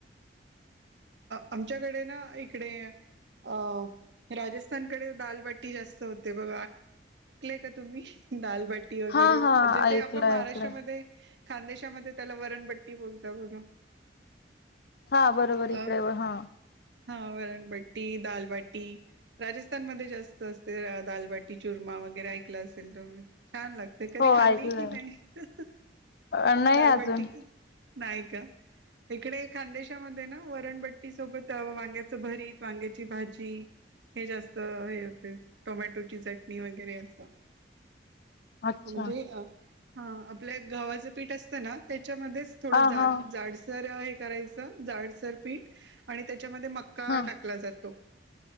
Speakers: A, on the right (about 75°); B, on the left (about 55°).
A: आमच्याकडे ना इकडे अ राजस्थानकडे दालबाटी जास्त होते बघ का तुम्ही दालबाटी वगैरे
B: हा हा
A: जथे
B: ऐकलं
A: आप महाराष्ट्रामध्ये
B: ऐकलं
A: खानदेशामध्ये त्याला वरणपट्टी बोलता बघा.
B: हा बरोबर इतडे
A: अ
B: हा
A: हा वरणबट्टी दालबाटी राजस्थानमध्ये जास्त असते दालबाटी चुरमा वगरे ऐकलं असेल तुम्ही छान लागतेय कधी
B: हो
A: खाल्ली
B: ऐकलंय
A: की नाही
B: अ, नाही
A: दालबाटी
B: अजून.
A: नाहीय का इकडे खानदेशामध्ये ना वरणबट्टी सोबत वांग्याचं भरीत वांग्याची भाजी हे जास्त हे होते टोमॅटोची चटणी वगैरे असं
B: अच्छा.
A: म्हणजे हा आपल्या गव्हाचं पीठ असत ना. त्याच्या मध्ये थोडं
B: हा
A: जाड
B: हा.
A: जाडसर हे करायचं. जाडसर पीठ आणि त्याच्यामध्ये मक्का
B: हा
A: टाकला जातो